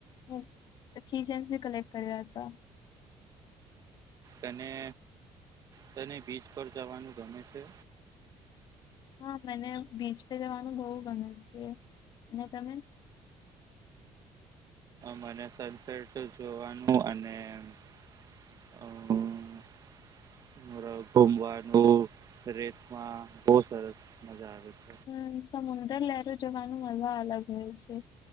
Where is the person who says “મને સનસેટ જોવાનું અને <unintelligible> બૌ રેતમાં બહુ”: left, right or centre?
Right